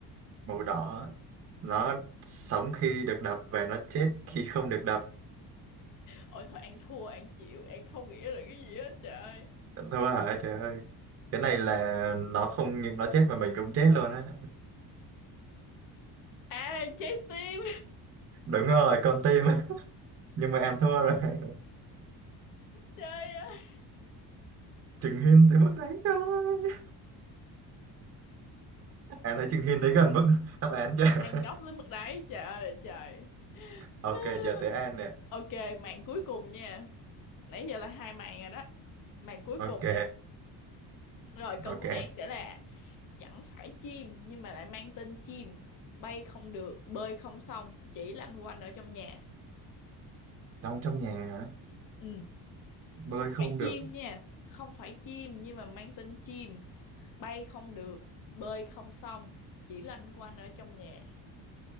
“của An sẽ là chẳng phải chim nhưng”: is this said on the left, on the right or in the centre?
Left